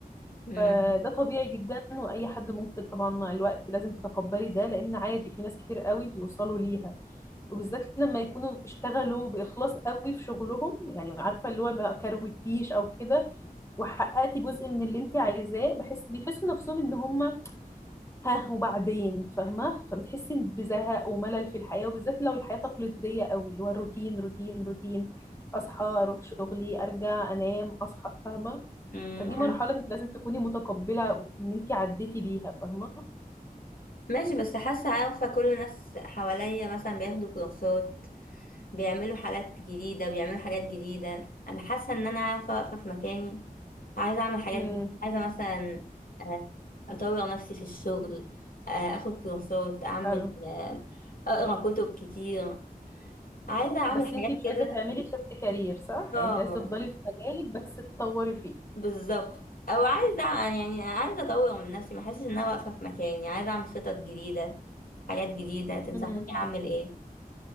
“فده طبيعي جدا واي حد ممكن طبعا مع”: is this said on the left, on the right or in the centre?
Left